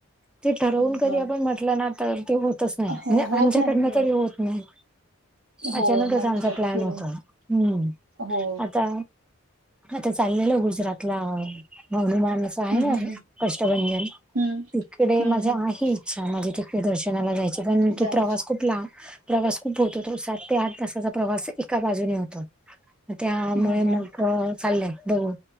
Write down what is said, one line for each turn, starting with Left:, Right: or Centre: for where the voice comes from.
Centre: ते ठरवून
Right: अ,
Centre: कधी
Right: हां.
Centre: आपण म्हट -लं ना तर तो हो -तच नाही
Right: हो,
Centre: म्हणजे
Right: होत
Centre: आमच्याकडन
Right: नाहीत
Centre: तरी होत नाही,
Right: हो,
Centre: अचानकच
Right: नाहीच
Centre: आमचा
Right: होत
Centre: प्लॅन
Right: फिरून.
Centre: होतो. हम्म,
Right: हो.
Centre: आता आता चाललेलं गुजरातला <inaudible> <inaudible>
Right: हं, हं, हं.
Centre: कष्टभंजन
Right: हम्म
Centre: तिकडे
Right: हम्म
Centre: माझी
Right: हम्म
Centre: आहे इच्छा माझी तिकडे दर्शनाला जाय -चं
Right: जाईल.
Centre: प्रवास खूप ला प्रवास खूप होतो तो सात ते आठ तासाचा प्रवास एका बाजूने होतो. त्यामुळे
Right: ह ह
Centre: मग चाललंय बघू?